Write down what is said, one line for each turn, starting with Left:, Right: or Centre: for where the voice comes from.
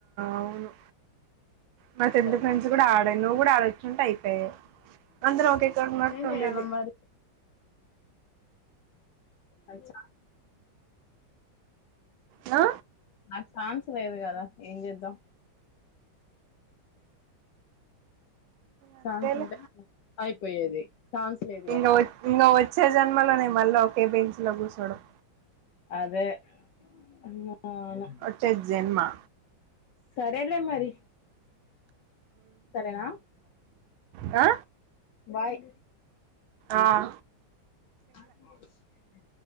Right: అవును మా చెందు ఫ్రెండ్స్
Left: మరి
Right: కూడా ఆడే నువ్వు గూడా ఆడొచ్చుంటే అయిపేయ్. అందరం ఒకే కాడ్ ఉన్నట్
Left: ఏం చెయ్యాల
Right: ఉండేది.
Left: మరి హైచ్చా
Right: నా
Left: నాక్ ఛాన్స్ లేదు కదా ఏ జేద్దాం.
Right: అంతేలే
Left: సాంగ్స్ ఉంటే అయిపోయేది. ఛాన్స్ లేదు
Right: ఇంగోవోత్
Left: కదా
Right: ఇంగా వచ్చే జన్మలోనే మళ్ళా ఒకే బెంచ్లో గుసోడం.
Left: అదే అవును
Right: వచ్చే జేన్మా
Left: సరేలే మరి సరేనా
Right: వా
Left: బాయ్
Right: ఆఅ
Left: ఓ